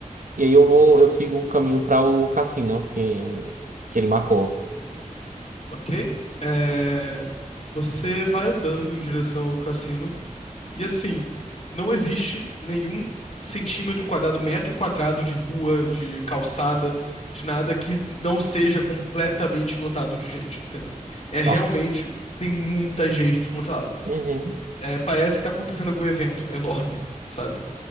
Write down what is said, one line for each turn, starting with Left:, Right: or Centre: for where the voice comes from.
Right: E aí eu vou, eu sigo o caminho para o cassino que, que ele marcou.
Left: ok? É, Você vai andando em direção ao cassino. E assim, não existe nenhum centímetro quadrado, metro quadrado de rua, de calçada, de nada que não seja completamente lotado de gente, entendeu? É realmente,
Right: Nossa.
Left: tem muita gente descontrolada.
Right: Uhum.
Left: É, parece que tá acontecendo algum evento enorme, sabe?